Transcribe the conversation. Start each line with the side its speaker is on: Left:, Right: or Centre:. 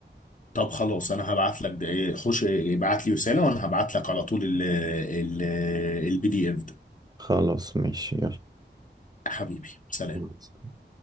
Left: طب خلاص انا هبعت لك ده- خش ابعت لي رساله وانا هبعت لك على طول ال ال البي دي اف
Right: خلاص ماشي
Left: حبيبي سلام
Right: يلا